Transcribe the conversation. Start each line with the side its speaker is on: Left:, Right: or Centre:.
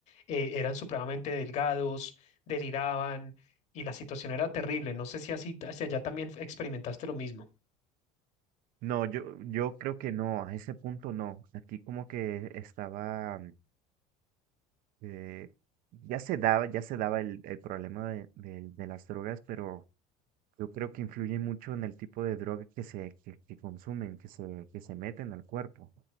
Left: Eh, eran supremamente delgados, deliraban y la situación era terrible. No sé si así, hacia allá también experimentaste lo mismo.
Right: No, yo, yo creo que no, a ese punto no. Aquí como que estaba, eh, ya se daba, ya se daba el, el problema de, de- de las drogas, pero Yo creo que influye mucho en el tipo de droga que se que, que consumen, que se, que se meten al cuerpo.